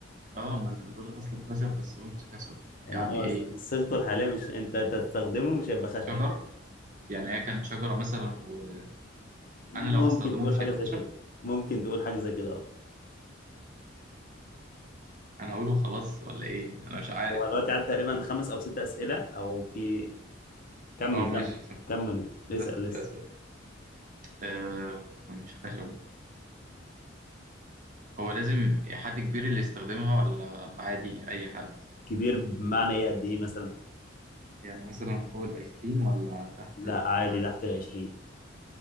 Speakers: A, on the right (about 40°); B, on the left (about 45°).
A: أه ما أنت بتقول أصله خشب بس هو مش خشب
B: يعني
A: يعني
B: هو
A: إيه؟
B: صيغته الحاليه مش انت أنت تستخدمه مش هيبقى خشب
A: شجر يعني هي كانت شجرة مثلا وأنا
B: ممكن
A: لو هستخدمه
B: تقول
A: مش
B: حاجه
A: هيبقى
B: زي
A: خشب
B: كده ممكن تقول حاجه زي كده اه
A: أنا هقوله خلاص ولا إيه؟ أنا مش عارف
B: هو دلوقتي عدى تقريبا
A: طب
B: خمس او ست اسئله او في كمل
A: أه ماشي
B: كمل كمل
A: كده
B: اسال
A: ست
B: لسه
A: أسئلة أه مش خشب هو لازم حد كبير اللي يستخدمها ولا عادي أي حد
B: كبير بمعنى ايه قد ايه مثلا
A: يعني مثلا فوق العشرين ولا تحت
B: لا
A: العشرين
B: عادي
A: عادي
B: تحت العشرين